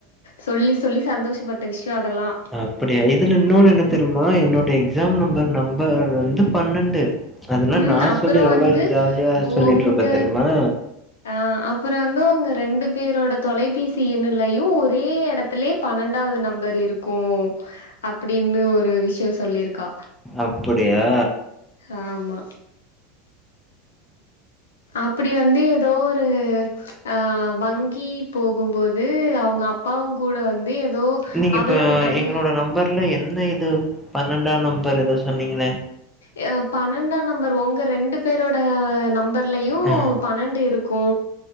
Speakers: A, on the left (about 70°); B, in the centre.
A: சொல்லி சொல்லி சந்தோஷப்பட்ட விஷயம் அதெல்லாம்.
B: அப்படியா இதுல இன்னொன்னு என்ன தெரியுமா என்னோடைய எக்ஸாம் நம்பர் நம்பர் வந்து பன்னெண்டு அதனா
A: ம்
B: நா
A: அப்புறோ
B: சொல்லி எவ்வளோ
A: வந்து
B: ஜாலியா சொல்லிட்ருப்பே
A: ஒங்க
B: தெரியுமா
A: ஆ அப்பற வந்து அவங்க ரெண்டு பேரோட தொலைபேசி எண்ணலயையு ஒரே எடத் த்தலயே பன்னெண்டாவது நம்பர் இருக்கு அப்படின்னு ஒரு விஷய சொல்லிருக்கா
B: அப்படியா
A: ஆமா அப்படி வந்து ஏதோ ஒரு ஆ வங்கி போகும்போது அவங்க அப்பாவு கூட வந்து ஏதோ
B: நீங்க
A: அவளோட
B: இப்ப
A: நம்பர்
B: எங்களோட நம்பர்ல என்ன இது பன்னெண்டா நம்பர் ஏதோ சொன்னீங்களே
A: ஏ பன்னெண்டாம் நம்பர் உங்க ரெண்டு பேரோட நம்பர் உள்ளயு
B: அ
A: பன்னெண்டு இருக்கு